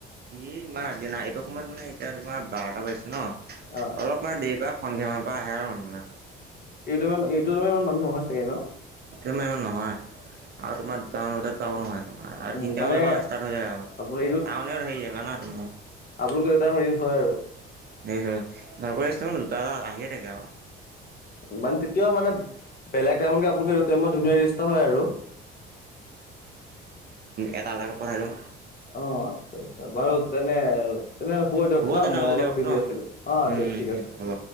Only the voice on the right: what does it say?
এ ইমান আজি নাই এইটো সময়ত মানে এতিয়া তোমাৰ বাৰটা বাজিছে ন,
অলপ মানে দেৰি পৰা সন্ধিয়া মানৰ পৰা আহে আৰু মানুহবিলাক।
এইটো টাইমত ইমান নহয় আৰু তোমাৰ দুটামান বজাত টো আউ নহয়। আৰু
তিনিটামানাৰ
পৰা ষ্টাৰ্ট হৈ যায় আউ।
টোৱনত হেৰি জেগা না তোমাৰ।
<unintelligible> ভাল কৰি মানে দুটা এ আহিয়ে থাকে আৰু।
এটা-এটা কেই পথাইডিও।
তেনেহ'লে
দিয়ক
ন
উম
উম
হ'ব।